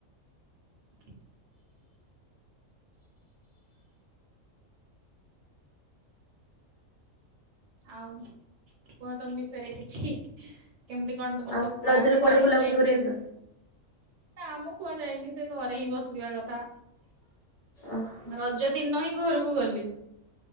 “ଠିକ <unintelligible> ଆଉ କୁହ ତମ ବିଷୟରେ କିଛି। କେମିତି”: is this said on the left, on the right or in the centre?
Right